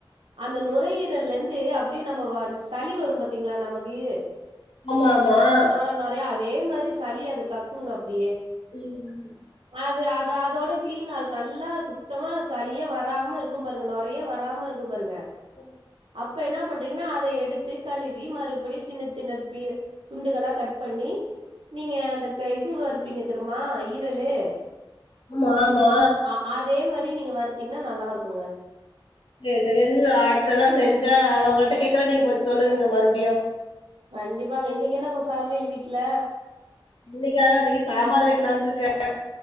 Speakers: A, on the right; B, on the left.
A: அந்த நுரையீரலிந்து அப்டியே நம்ம வந் சளி வரும் பாத்தீங்ளா நமக்கு
B: ஆமா ஆமா ஆ
A: நொர நொரயா அதே மாரி சளி அது கக்குங்க அப்டியே
B: ம் ம்
A: அது அது அதோட கிளீன் அது நல்லா சுத்தமா சளியே வராம இருக்கும் பாருங்க நொ ரையே வராம இருக்கும் பாருங்க
B: உ
A: அப்ப என்னா பண்றீங்கன்னா அத எடுத்து கழுவி மறுபடியு சின்ன சின்ன பீ துண்டுகளா கட் பண்ணி நீங்க அந்த க இது வருப்பீங்க தெர்மா ஈரலு
B: ஆமா ஆமா
A: ஆ அதே மாரி நீங்க வருத்தீங்கன்னா நல்லா இருக்குங்க
B: செரி செரி என்க்கு அடுத்த தடவ செஞ்சா அத உங்கள்கிட்ட கேக்கற நீங்க கொஞ்சோ சொல்லுங்க மறுபடியு
A: கண்டிப்பாங்க இன்னைக்கு என்ன கொ சமையலு வீட்ல
B: இன்னைக்கா இன்னைக்கு சாம்பார் வெக்கலான்ட்டு இருக்க